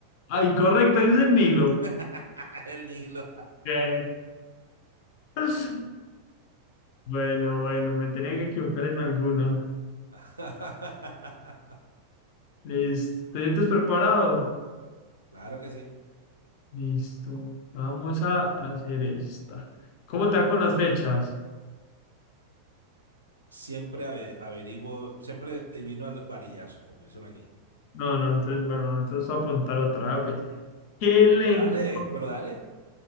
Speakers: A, on the left; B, on the right.
A: Ah, incorrecto, es el Nilo.
B: <laughs> El Nilo.
A: Ok. <laughs> Bueno, bueno, me tenía que equivocar en alguna.
B: <laughs>
A: Listo. ¿Te sientes preparado?
B: Claro que sí.
A: Listo. Vamos a hacer esta. ¿Cómo te va con las fechas?
B: Siempre ave- averiguo, siempre adivino al varillazo, como dicen aquí.
A: No, no, entonces, bueno, entonces voy a preguntar otra. vez, pues. ¿Qué lengua?
B: Pero dale, pero dale.